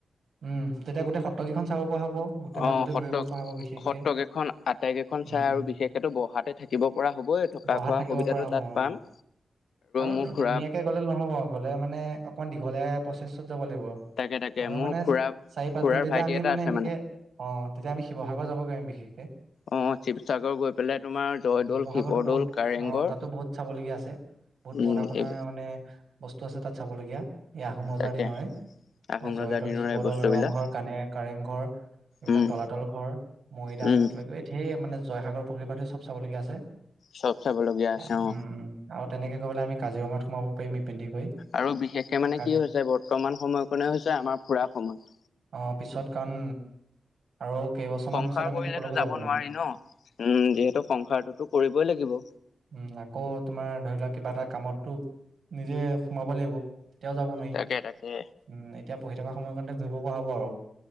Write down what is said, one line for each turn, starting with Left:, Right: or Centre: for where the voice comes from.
Right: উম তেতিয়া গোটেই সত্ৰ কেইখন চাব পৰা হ'ব গোটেই
Left: অ
Right: মাজুলী
Left: সত্ৰ
Right: ঘূৰিব পৰা হ'ব বিশেষকে
Left: সত্ৰকেইখন আটাইকেইখন
Right: উম,
Left: চাই
Right: উম,
Left: আৰু বিশেষকেতো বহাতে থাকিব। পৰা হ'বই থকা
Right: বহাত
Left: খোৱা
Right: থাকিব
Left: সুবিধাতটো
Right: পৰা হ'ব
Left: তাত
Right: অ'।
Left: পাম।
Right: আৰু
Left: মোৰ
Right: দুদিনীয়াকে
Left: খুৰা
Right: গ'লে নহ'ব গ'লে মানে। অকমান দীঘলীয়া প্ৰচেছত যাব লাগিব
Left: তাকে তাকে মোৰ
Right: মানে।
Left: খুৰা
Right: চাৰি পাঁচ
Left: খুৰাৰ
Right: দিন তেতিয়া
Left: ভাইটি
Right: আমি
Left: এটা
Right: মানে
Left: আছে
Right: এনেকে অ তেতিয়া আমি শিৱসাগৰত যাব পাৰিম বিশেষকে।
Left: অ' শিৱসাগৰ গৈ পেলাই তোমাৰ জয়দৌল
Right: শিৱসাগৰতৰতটো
Left: শিৱদৌল
Right: বহুত
Left: কাৰেংঘৰ
Right: আহ তাতো বহুত চাবলগীয়া আছে। বহুত
Left: উম,
Right: পুৰণা পোণা
Left: এই
Right: মানে বস্তু আছে তাত চাবলগীয়া এই আহোম ৰজাৰ
Left: তাকে
Right: দিনৰে।
Left: আহোম
Right: জয়দৌল,
Left: ৰজাৰ দিনৰ
Right: শিৱদৌল,
Left: এই বস্তুবিলাক
Right: ৰংঘৰ, কানে কাৰেংঘৰ এইবিলাক
Left: উম,
Right: তলাতল ঘৰ, মৈদাম
Left: উম,
Right: কিবা কিবি ধেৰ মানে জয়সাগৰ পুখুৰী পা ধৰি চব চাবলগীয়া আছে।
Left: চব চাবলগীয়া আছে
Right: উম
Left: অ'।
Right: উম আৰু তেনেকে গৈ পেলাই আমি কাজিৰঙাত সোমাব পাৰিম। ইপিনেদি গৈ
Left: আৰু বিশেষকে মানে
Right: কাজ
Left: কি হৈছে বৰ্তমান সময় কণে হৈছে আমাৰ ফুৰা সময়।
Right: অ পিছত কাৰণ, আৰু কেইবছৰমান
Left: সংসাৰ
Right: পিছত আমি
Left: কৰিলেতো
Right: তো কলৈকো যাব নোৱাৰিম।
Left: নোৱাৰি ন উম যিহেতু সংসাৰটোতো কৰিবই লাগিব।
Right: উম, আকৌ তোমাৰ ধৰি লোৱা কিবা এটা কামতটো নিজে সোমাব লাগিব। তেতিয়াও যাব নোৱাৰি,
Left: তাকে তাকে
Right: উম এতিয়া পঢ়ি থকা সময় কাৰণতে ঘূৰিব পৰা হ'ব আৰু।